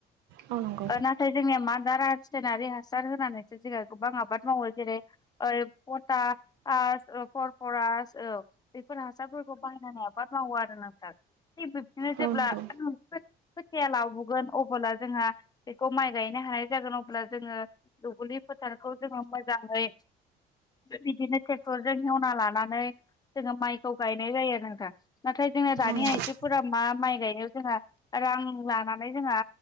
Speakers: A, on the right; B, on the left.
A: औ नंगौ
B: नाथाय जोंनिया मा दा रासायनारि हासार होनानैसो जोङो गोबां आबाद मावो जेरै पटास आ परफरास औ बेफोर हासारफोरखौ बायनानै आबाद मावो आरो ना नंगौ नोंथां थिग बिब्दिनो
A: औ
B: जेब्ला
A: नंगौ
B: खोथिया लावबोगोन अब्ला जोंहा बेखौ माइ गायनो हानाय जागोन अब्ला जोङो दुब्लि फोथारखौ जोङो मोजाङै बिदिनो ट्रेक्टरजों हेवना लानानै जोङो माइखौ गायनाय जायो आरो नोंथां नाथाय जोङो दानि
A: औ नंगौ
B: आइजोफोरा मा माइ गायनायाव जोंहा रां लानानै जोंहा